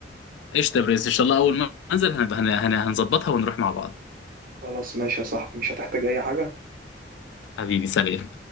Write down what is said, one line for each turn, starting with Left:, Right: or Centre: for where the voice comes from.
Left: قشطه يا برنس ان شاء الله اول ما انزل هنبقى هن- هن- هنظبطها ونروح مع بعض
Right: خلاص ماشي يا صاحبي مش هتحتاج اي حاجه
Left: حبيبي سلام